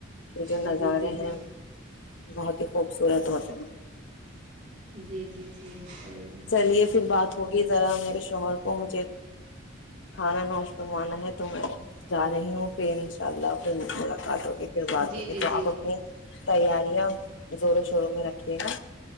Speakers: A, on the left; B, on the right.
A: کہ جو
B: جی
A: نظارے
B: جی جی
A: ہیں بہت خوبصورت ہوتا ن
B: جی جی جی صحیح ہے
A: چلیے پھر بات ہوگی ذرا میرے شوہر کو مجھے کھانا نوش بنوانا ہے تو میں جا رہی ہوں پھر انشاء اللہ پھرا ال باتو گے پھر باتو
B: جی
A: گے
B: جی
A: تو
B: جی
A: آپ اپنی تیاریاں زوروں شوروں میں رکھیے گا